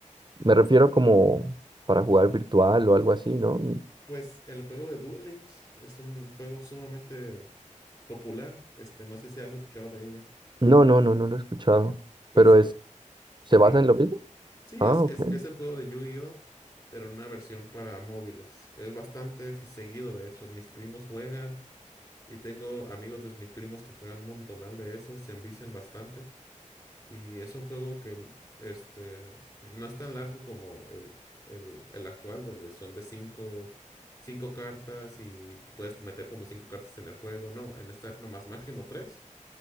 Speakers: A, on the right; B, on the left.
A: me refiero como para jugar virtual o algo así, ¿no?
B: Pues el juego de Duel Links es un juego sumamente popular. Este, no sé si has escuchado de ella.
A: No, no, no, no lo he escuchado,
B: Pues
A: pero
B: eh,
A: es, ¿se
B: Yu-Gi-Oh!
A: basa en lo mismo?
B: Sí,
A: Ah,
B: es,
A: ok,
B: es, es el juego de Yu-Gi-Oh! pero en una versión para móviles. Es bastante seguido, de hecho. Mis primos juegan y tengo amigos de mis primos que juegan un montonal de eso. Se envician bastante. Y es un juego que mm, este, no es tan largo como el, el, el actual, donde son de cinco, cinco cartas y te puedes meter como cinco cartas en el juego. No, en esta nomás máximo tres